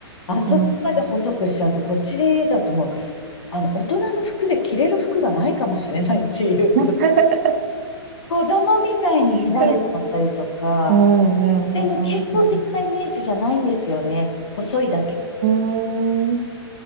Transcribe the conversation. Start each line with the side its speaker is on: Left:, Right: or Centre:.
Left: あそこまで細くしちゃうと、
Right: うん
Left: こっちだともう、あの、大人の服で着れる服がないかもしれないっていう。
Right: <laughs> 確
Left: 子供みたいに乱れちゃったりとか、
Right: かうんう
Left: 全然健康的なイメージじゃないんですよね。
Right: んうんうん。
Left: 細いだけ。
Right: うーん。うん